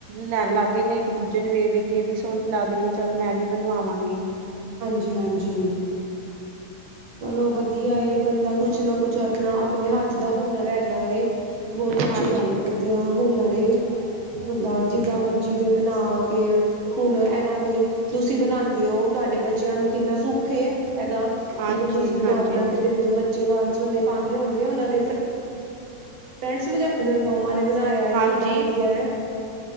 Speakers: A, on the right; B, on the right.
A: ਲੈਣ ਲੱਗ ਗਏ ਨੇ ਇੱਕ ਦੂਜੇ ਨੂੰ ਵੇਖ-ਵੇਖ ਕੇ ਇਹਦੀ ਸੋਹਣੀ ਲੱਗ ਰਹੀ ਹੈ ਚੱਲ ਮੈਂ ਵੀ ਬਣਵਾਵਾਂਗੀ।
B: ਜੀ ਹਾਂਜੀ। ਚਲੋ ਵਧੀਆ ਏ ਬੰਦਾ ਕੁਛ ਨਾ ਕੁਛ ਆਪਣਾ ਆਪਣੇ ਹੱਥ ਦਾ ਹੁਨਰ ਹੈਗਾ ਏ। ਬਹੁਤ ਅੱਛੀ
A: ਹਾਂਜੀ
B: ਗੱਲ ਏ ਵਧੀਆ ਹੁਨਰ ਏ। ਬੰਦਾ ਜਿੱਦਾਂ ਮਰਜ਼ੀ ਦੇ ਬਣਾ ਕੇ ਹੁਣ ਇਹਨਾਂ ਦੇ ਤੁਸੀਂ ਬਣਾਂਦੇ ਹੋ ਤੁਹਾਡੇ ਬੱਚਿਆਂ ਨੂੰ ਕਿੰਨਾ ਸੁੱਖ ਏ ਇਹਦਾ
A: ਹਾਂਜੀ
B: ਤੁਸੀਂ ਬਣਾ-ਬਣਾ
A: ਹਾਂਜੀ ਹਾਂਜੀ
B: ਕੇ ਦਿੰਦੇ ਹੋ ਬੱਚੇ ਵੰਨ ਸੁਵੰਨੇ ਪਾਂਦੇ ਹੋਣਗੇ ਉਹਨਾਂ ਦੇ ਫਰੈਂਡਜ ਵਗੈਰਾ <inaudible> ਮੰਮਾ ਨੇ ਬਣਾਇਆ ਏ
A: ਹਾਂਜੀ
B: ਕਿੰਨਾ ਵਧੀਆ ਏ।